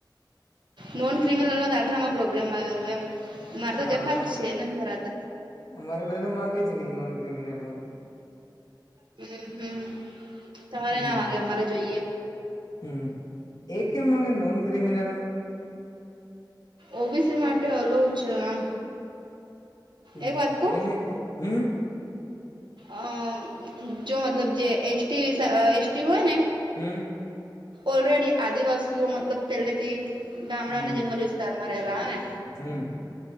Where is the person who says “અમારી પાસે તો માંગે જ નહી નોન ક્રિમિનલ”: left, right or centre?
Left